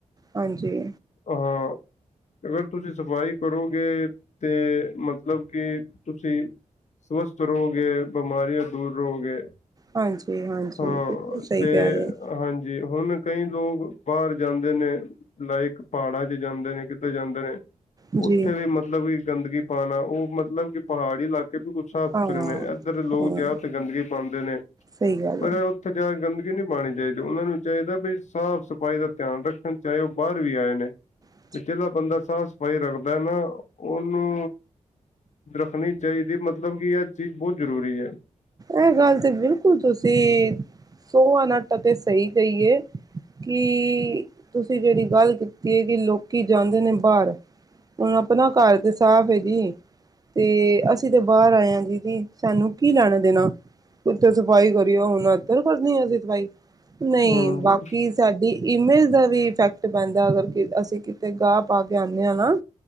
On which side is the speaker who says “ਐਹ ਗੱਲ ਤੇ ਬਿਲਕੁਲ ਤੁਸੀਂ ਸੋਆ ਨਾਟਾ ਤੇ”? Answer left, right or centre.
Right